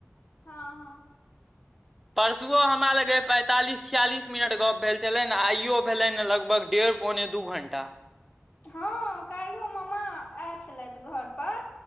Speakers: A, on the left; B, in the centre.
A: हँ हँ
B: परसुओ हमरा लग पैंतालीस छियालिस मिनट गप्प भेल छलनि आइयो भेलनि लगभग डेढ़ पौने दू घंटा
A: हँ काल्हियो मामा आयल छलथि घर पर।